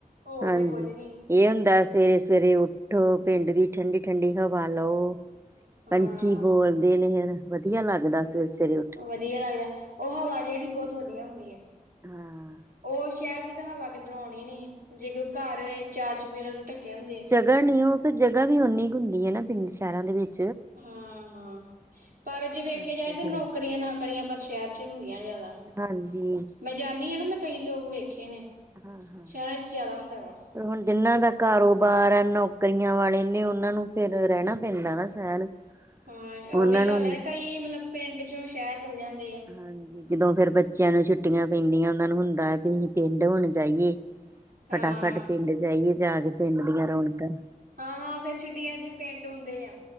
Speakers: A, on the right; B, on the right.
A: ਹੋਰ
B: ਹਾਂਜੀ।
A: ਤੇ ਕੁੱਝ ਨੀ
B: ਏਹ ਹੁੰਦਾ ਸਵੇਰੇ-ਸਵੇਰੇ ਉਠੋ, ਪਿੰਡ ਦੀ ਠੰਡੀ-ਠੰਡੀ ਹਵਾ ਲਓ।
A: ਹਾਂ
B: ਪੰਛੀ ਬੋਲਦੇ ਨੇ ਹੇਨਾ ਵਧੀਆ ਲੱਗਦਾ ਸਵੇਰੇ-ਸਵੇਰੇ।
A: ਵਧੀਆ ਲੱਗਦਾ। ਉਹ ਹਵਾ ਜਿਹੜੀ ਬੋਤ ਵਧੀਆ ਹੁੰਦੀ ਐ।
B: ਹਾਂ।
A: ਉਹ ਸ਼ੈਰ ਚ ਤੇ ਹਵਾ ਕਿੱਧਰੋ ਆਉਣੀ ਨੀ। ਜੇਗ ਘਰ ਏਹ ਚਾਰ ਚਪੇਰਾਂ ਤੋਂ ਢੱਕੇ ਹੁੰਦੇ।
B: ਜਗ੍ਹਾ ਨੀ ਉਹ ਫੇਰ ਜਗ੍ਹਾ ਵੀ ਉਨੀ ਕੁ ਹੁੰਦੀ ਐ ਨਾ ਪਿੰਡ ਸ਼ੈਰਾਂ ਦੇ ਵਿੱਚ
A: ਹਾਂ-ਹਾਂ। ਪਰ ਜੇ ਵੇਖਿਆ
B: ਕਰਕੇ
A: ਜਾਏ ਤਾਂ
B: ਫਿਰ
A: ਨੌਕਰੀਆਂ ਨਾਕਰੀਆਂ ਪਰ ਸ਼ੈਰ ਚ ਹੁੰਦੀਆਂ ਜ਼ਾਦਾ।
B: ਹਾਂਜੀ।
A: ਮੈਂ ਜਾਂਨੀ ਆਂ ਨਾ, ਮੈਂ ਕਈ ਲੋਕ ਵੇਖੇ ਨੇ।
B: ਹਾਂ-ਹਾਂ।
A: ਸ਼ਹਿਰਾਂ ਚ ਜ਼ਿਆਦਾ ਹੁੰਦਾ ਵਾ
B: ਪਰ ਹੁਣ ਜਿਹਨਾਂ ਦਾ ਕਾਰੋਬਾਰ ਹੈ, ਨੌਕਰੀਆਂ ਵਾਲੇ ਨੇ, ਉਹਨਾਂ ਨੂੰ ਫਿਰ ਰਹਿਣਾ ਪੈਂਦਾ ਨਾ ਸ਼ਹਿਰ।
A: ਹਾਂ,
B: ਉਹਨਾਂ
A: ਉਹ ਵੀ ਗੱਲ
B: ਨੂੰ
A: ਹੈ ਨਾ ਕਈ ਮਤਲਬ ਪਿੰਡ ਚੋਂ ਸ਼ਹਿਰ ਚੱਲ ਜਾਂਦੇ ਆ।
B: ਹਾਂਜੀ। ਜਦੋਂ ਫਿਰ ਬੱਚਿਆਂ ਨੂੰ ਛੁੱਟੀਆਂ ਪੈਂਦੀਆਂ, ਉਹਨਾਂ ਨੂੰ ਹੁੰਦਾ ਵੀ ਅਸੀਂ ਪਿੰਡ ਹੁਣ ਜਾਈਏ।
A: ਹਾਂ
B: ਫਟਾਫਟ ਪਿੰਡ ਚ' ਜਾਈਏ ਜਾ ਕੇ ਪਿੰਡ ਦੀਆਂ ਰੌਣਕਾਂ
A: ਹਾਂ- ਹਾਂ ਫੇਰ ਛੁੱਟੀਆਂ ਚ' ਪਿੰਡ ਹੁੰਦੇ ਆ।